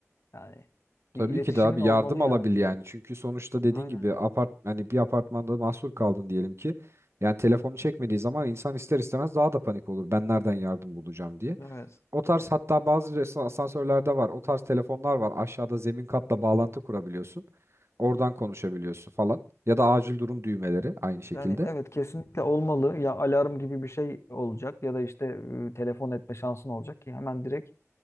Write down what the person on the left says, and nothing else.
Yani
bir iletişimin
olmalı
yani.
Aynen.
Evet.
Yani evet kesinlikle olmalı. Ya alarm gibi bir şey olacak ya da işte e, telefon etme şansın olacak ki hemen direkt